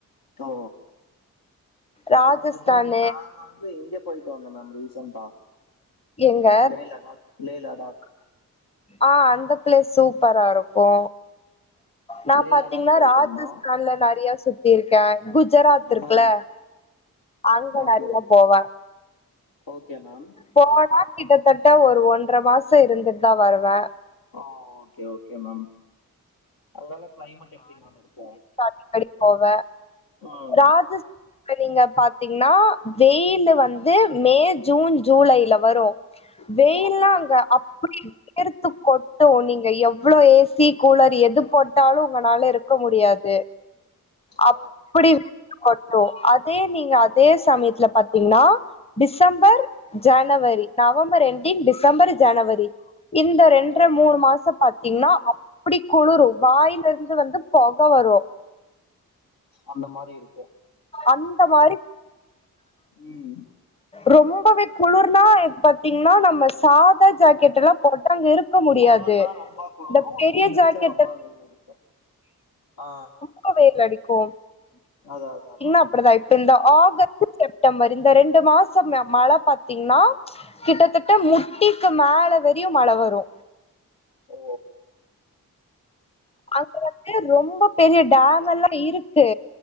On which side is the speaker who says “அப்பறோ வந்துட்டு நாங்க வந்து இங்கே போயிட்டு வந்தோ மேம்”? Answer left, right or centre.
Left